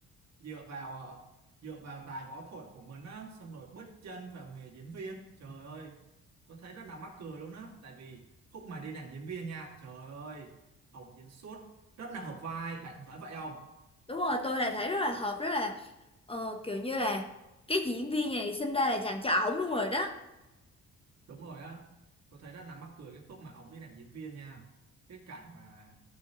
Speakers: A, on the right; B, on the left.
A: dựa vào, ờ, dựa vào tài võ thuật của mình á, xong rồi bứt chân vào nghề diễn viên. Trời ơi, tôi thấy rất là mắc cười luôn á tại vì khúc mà đi làm diễn viên nha trời ơi Hồng diễn xuất rất là hợp vai bạn có thấy vậy không
B: Đúng rồi, tôi là thấy rất là hợp, rất là ờ, kiểu như là cái diễn viên này sinh ra là dành cho ổng luôn rồi đó.
A: đúng rồi á tôi thấy rất là mắc cười cái khúc mà ông đi làm diễn viên nha cái cảnh mà